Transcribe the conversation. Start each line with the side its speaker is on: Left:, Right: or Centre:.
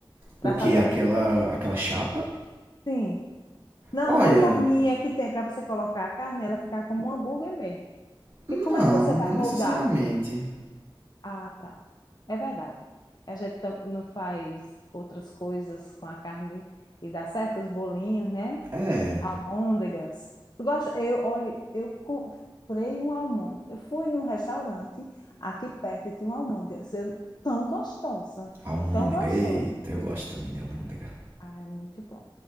Left: Para
Right: O que?
Left: fazer
Right: Aquela,
Left: bem direito.
Right: aquela chapa?
Left: Sim. Não,
Right: Olha,
Left: uma forminha que tem para você colocar a carne, ela ficar como um hambúrguer mesmo. Porque
Right: não,
Left: como é que você vai
Right: não
Left: moldar?
Right: necessariamente.
Left: Ah, tá. É verdade. A gente tam- não faz outras coisas com a carne e dá certo os bolinhos, né?
Right: É,
Left: Almôndegas. Tu gosta? Eu, olha, eu comprei um almôndega. Eu fui num restaurante aqui perto e tinha uma almôndega assim, tão gostosa,
Right: almôndega,
Left: tão gostosa.
Right: eita, eu gosto também de almôndega.
Left: Ah, é muito bom.